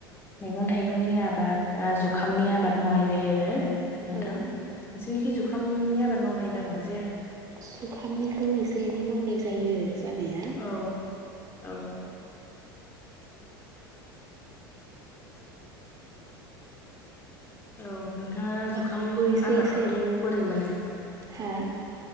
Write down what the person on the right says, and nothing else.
औ
जुखामनिखौ एसे एनै मावनाय जायो जानाया।
गासैखौबो
एसे
एसे
हा